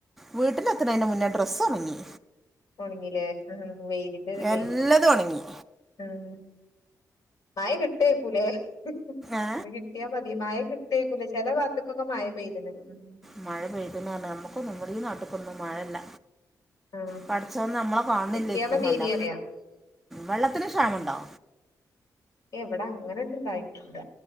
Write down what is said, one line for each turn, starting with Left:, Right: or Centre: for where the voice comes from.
Centre: വീട്ടിലെത്ത് എത്തണേന്റെ മുന്നേ ഡ്രസ്സ് ഉണങ്ങി
Left: ഒണങ്ങി ലേ. ഉം വെയിലിന്റെ ഒര്തെയ്
Centre: എല്ലതും ഉണങ്ങി
Left: ഉം മയ കിട്ടേക്കുലേ ഇന്ന്
Centre: ഏ
Left: കിട്ടിയാ മതി. മഴ കിട്ട്വേക്കുലേ. ചെല ഭാത്ത്ക്കൊക്കെ മഴ പെയ്ത്ണ് ഉം
Centre: മഴ പെയ്ത്ണ്പർഞ്. നമ്മുക്കൊന്നും ഈ നാട്ട്ക്കൊന്നും മഴല്ല.
Left: ആ
Centre: പഠച്ചോൻ നമ്മളെ കാൺണില്ലേക്കും
Left: കിട്ടിയാ മതിയേനി
Centre: അല്ലാ,
Left: പറയാ
Centre: വെള്ളത്തിന് ക്ഷാമണ്ടൊ?
Left: ഏയ് ഇവടെ അങ്ങനെ ട്ട് ഇണ്ടായിട്ടൂല.